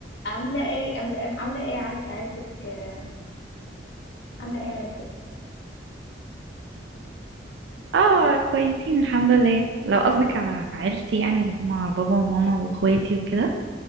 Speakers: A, on the left; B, on the right.
A: عاملة ايه عاملة ايه عاملة ايه عل- عيلتك آه، عاملة ايه عيلتك
B: اه كويسين الحمد لله لو قصدك على عيلتي يعني اللي هما بابا وماما واخواتي وكده